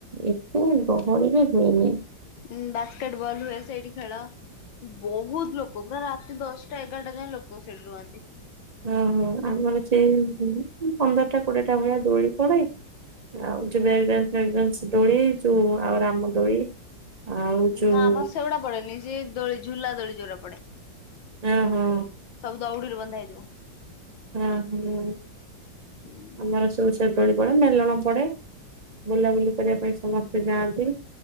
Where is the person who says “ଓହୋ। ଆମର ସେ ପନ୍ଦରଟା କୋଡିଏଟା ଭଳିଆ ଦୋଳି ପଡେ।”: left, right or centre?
Right